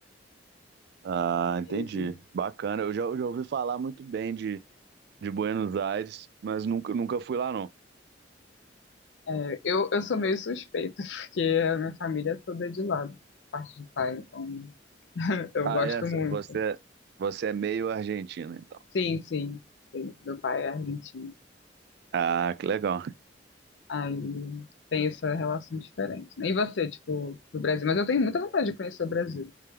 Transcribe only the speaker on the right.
Ah, entendi.
Bacana. Eu já, eu já ouvi falar muito bem de, de Buenos Aires, mas nunca, nunca fui lá, não.
Ah,
é?
Você, é, você é meio argentino, então.
Ah, que legal.